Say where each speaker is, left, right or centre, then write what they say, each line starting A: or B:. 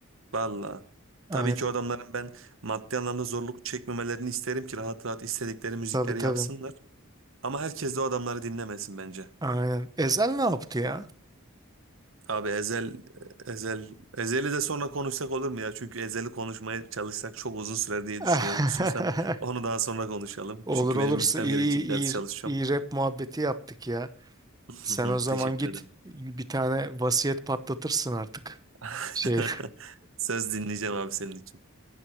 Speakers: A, on the right; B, on the right.
A: Valla.
B: <laughs> Aynen
A: Tabii ki o adamların ben maddi anlamda zorluk çekmemelerini isterim ki rahat rahat istedikleri müzikleri
B: tabii tabii.
A: yapsınlar. Ama herkes de o adamları dinlemesin bence.
B: Aynen. Ezel ne yaptı ya?
A: Abi Ezel, Ezel, Ezel'i de sonra konuşsak olur mu ya? Çünkü Ezel'i konuşmaya çalışsak çok uzun sürer diye
B: <laughs>
A: düşünüyorum. İstiyorsan onu daha sonra konuşalım.
B: Olur
A: Çünkü
B: olursa
A: benim gitmem
B: iyi
A: gerekecek
B: iyi
A: ders
B: iyi
A: çalışacağım.
B: iyi rap muhabbeti yaptık ya.
A: <laughs>
B: Sen o zaman
A: Teşekkür
B: git
A: ederim.
B: bir tane vasiyet patlatırsın artık.
A: <laughs>
B: Şey
A: Söz dinleyeceğim abi senin için.